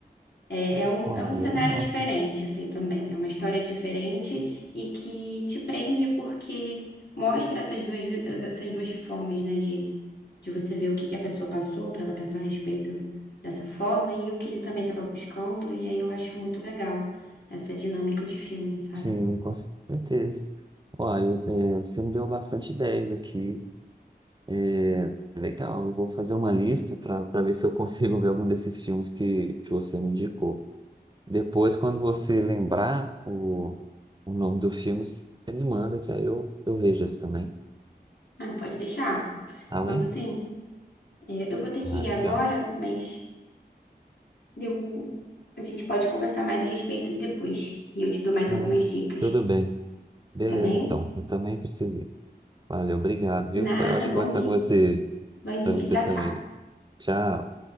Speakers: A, on the left; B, on the right.
A: É, é um,
B: Ah,
A: é um cenário
B: legal.
A: diferente, assim, também. É uma história diferente e que te prende porque mostra essas duas, vi- eh, essas duas formas, né, de, de você ver o que que a pessoa passou para ela pensar a respeito dessa forma e o que ele também estava buscando. E aí eu acho muito legal essa dinâmica de filme, sabe?
B: Sim, com certeza. Uai, os- é, você me deu bastante ideias aqui. É, legal, eu vou fazer uma lista para para ver se eu consigo <laughs> ver algum desses filmes que, que você me indicou. Depois, quando você lembrar o, o nome do filme, você me manda, que aí eu, eu vejo esse também.
A: Ah, pode deixar.
B: Tá
A: Mando
B: bem?
A: sim. É, eu vou ter
B: Ah,
A: que ir
B: legal.
A: agora, mas eu, a gente pode conversar mais a respeito depois. E eu te dou mais
B: Não,
A: algumas dicas,
B: tudo bem. Beleza,
A: tá bem?
B: então. Eu também preciso. Valeu, obrigado, viu?
A: Nada,
B: Foi ótimo
A: bom
B: conversar
A: dia.
B: com você.
A: Bom dia,
B: Pra você
A: tchau,
B: também.
A: tchau.
B: Tchau.